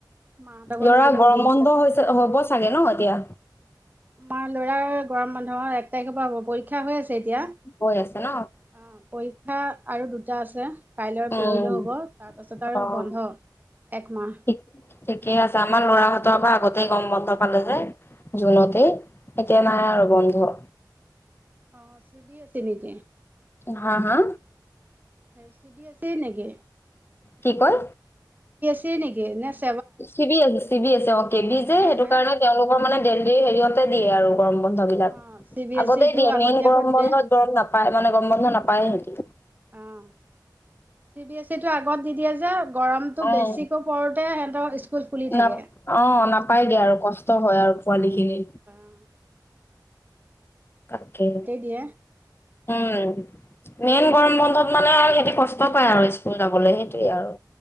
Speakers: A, on the right; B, on the left.
A: মাহঁতৰ ঘৰলৈ
B: লৰা
A: গ'লেও
B: গৰম
A: দিনতীয়াকৈ
B: বন্ধ হৈছে
A: যাব লাগে
B: হ'ব চাগে ন এতিয়া।
A: আমাৰ ল'ৰাৰ গৰম বন্ধ হল এক তাৰিখৰ পৰা হ'ব পৰিক পৰীক্ষা হৈ আছে এতিয়া অ
B: গৈ আছে ন
A: পৰীক্ষা আৰু দুটা আছে কাইলৈ আৰু
B: অ
A: পৰহিলও
B: উম
A: হব তাৰ পাছত আৰু
B: অ
A: বন্ধ। একমাহ
B: ঠিক ঠিকেই আছে আমাৰ লৰাহতৰ পৰা আগতেই গৰম বন্ধ পালে যে। জুনতে এতিয়া নাই আৰু বন্ধ
A: অ চি বি আছে নিকী?
B: হা হা
A: চি বি আছে নেকি
B: কি কয়।
A: তে নেকি নেচ
B: চি বি আছে চি বি আছে অ কেবি
A: সেইকাৰণে
B: যে সেইটো কাৰণে তেওঁলোকৰ মানে ড দেৰি হেৰিয়তে দিয়ে আৰু- গৰম বন্ধ বিলাক-
A: অ চি বি
B: আগতেই
A: এছ ইটো
B: দিয়ে
A: আগতীয়াকৈ
B: মেইন গৰম
A: দিয়ে
B: বন্ধত গৰম নাপায় মানে গৰম বন্ধ নাপায় হেতি
A: অ', চি বি এছ ই টো আগত দি দিয়ে যে- গৰমটো
B: অ',
A: বেছিকৈ পৰোতে সিহঁতৰ স্কুল খুলি থাকে
B: নাপ অ নাপাইগে আৰু কষ্ট হয় আৰু। পোৱালিখিনি
A: অঁ
B: তাকে
A: দিয়ে
B: উম মেইন গৰম বন্ধত মানে আৰু সিহঁতি কষ্ট পায় আৰু স্কুল যাবলৈ সেইটোৱে আৰু